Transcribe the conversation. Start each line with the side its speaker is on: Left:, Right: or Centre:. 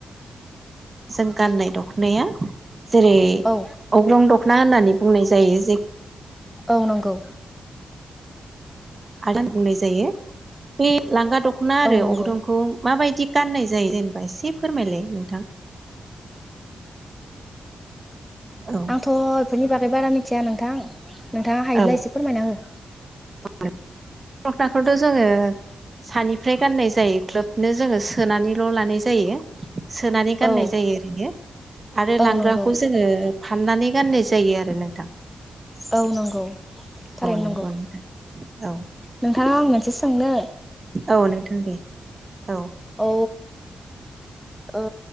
Right: सोन गाननाय दख'नाया जेरै
Centre: औ
Right: अग्रं द ना होननानै बुंनाय जायो जिग
Centre: औ नंगौ।
Right: आदोन बुंनाय जायो बि लांगोन दख'ना
Centre: औ
Right: आरो
Centre: नंगौ
Right: अग्रंखौ माबायदि गाननाय जायो जेनेबा एसे फोरमायलाय नोंथां। औ
Centre: आंथ' नोनि बागै बारा मिथिया नोंथां। नोंथाङा हायोब्ला
Right: औ
Centre: एसे फोरमायनाहो।
Right: <unintelligible> <unintelligible> जोङो सानिफ्राय गाननाय जायो ख्लोबनो जोङो सोनानैल' लानाय जायो सोनानै गाननाय
Centre: औ
Right: जायो ओरैनो आरो
Centre: औ
Right: लांग्राखौ
Centre: नंगौ
Right: जोङो फाननानै गाननाय जायो आरो नोंथा।
Centre: औ नंगौ थारैनो
Right: नंगौ
Centre: नांगौ
Right: नोंथां औ
Centre: नोंथाङा आं मोनसे सों नो
Right: औ नोंथां दे औ।
Centre: औ औ ओ